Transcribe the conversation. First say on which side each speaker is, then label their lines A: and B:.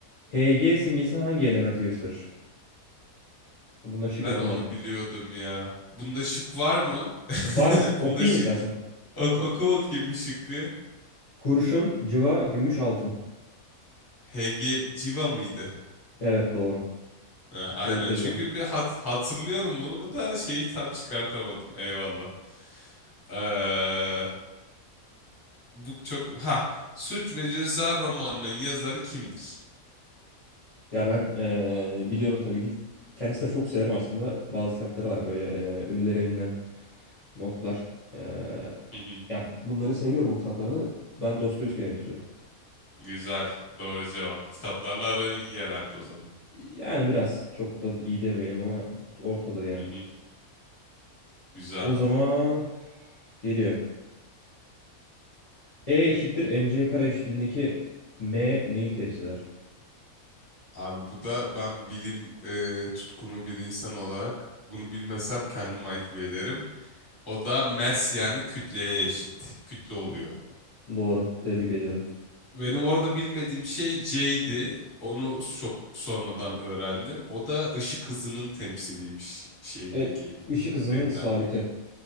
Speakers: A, on the left (about 40°); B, on the left (about 20°).
A: Hg simgesi hangi elementi gösterir? Bunda şık
B: ben
A: okumadım.
B: onu biliyordum ya. Bunda şık var mı? <laughs>
A: Vars okuyayım
B: Bunda şık.
A: istersen.
B: Ok oku bakayım bir şıkkı.
A: Kurşun, cıva, gümüş, altın.
B: HG Civa mıydı?
A: Evet doğru.
B: Ha, aynen.
A: Tebrik ediyorum.
B: Çünkü bir hat hatırlıyorum bunu da şeyi tam çıkartamadım. Eyvallah. Ee, bu çok ha Suç ve Ceza romanının yazarı kimdir?
A: Ya ben ee, biliyorum tabii ki. Kendisini de çok severim
B: Hı
A: aslında.
B: hı,
A: Bazı kitapları var böyle ee, Ölüler Evinden. Notlar. Ee,
B: hı hı.
A: ya bunları seviyorum o kitaplarını. Ben Dostoyevski demek istiyorum.
B: Güzel. Doğru cevap. Kitaplarla aran iyi herhalde o zaman.
A: Yani biraz çok da iyi demeyelim ama ortadır yani.
B: Hı hı. Güzel.
A: O zaman geliyor. E eşittir mc kare eşitliğindeki m neyi temsil eder?
B: Abi bu da ben bilim e, tutkunu bir insan olarak bunu bilmesem kendim ayıp ederim. O da mass yani kütleye eşit. Kütle oluyor.
A: Hı, Doğru. Tebrik ediyorum.
B: Benim orada bilmediğim şey J'di. Onu çok sonradan öğrendim. O da ışık hızının temsiliymiş şeydeki,
A: Evet. Işık hızının
B: denklemdeki.
A: sabiti.